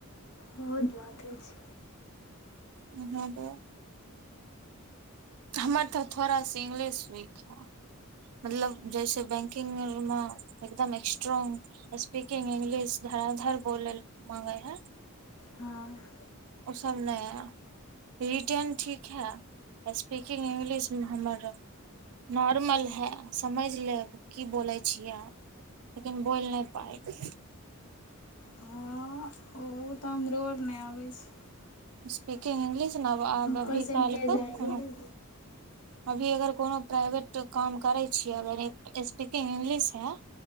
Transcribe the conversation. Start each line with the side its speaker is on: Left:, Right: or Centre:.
Left: बहुत बात हो अछि
Right: ह ब <inaudible> हमर तऽ थोड़ा सा इंग्लिश वीक हइ मतलब जैसे बैंकिंगमे एकदम स्ट्रोंग स्पीकिंग इंग्लिश धराधर बोलयल माँगै हइ
Left: हँ
Right: ओसभ नहि हए रिटेन ठीक हए स्पीकिंग इंग्लिश हमर नॉर्मल हए समझि लेब की बोलै छियै लेकिन बोलि नहि पैत
Left: हँ ओ हमरो नहि आबै छी
Right: स्पीकिंग इंग्लिश ने आब आब अभी
Left: परसेंटेज
Right: कालहिके
Left: आइ
Right: कोनो
Left: गेलै
Right: अभी अगर कोनो प्राइवेट काम करै छियै अगर स्पीकिंग इंगलिश है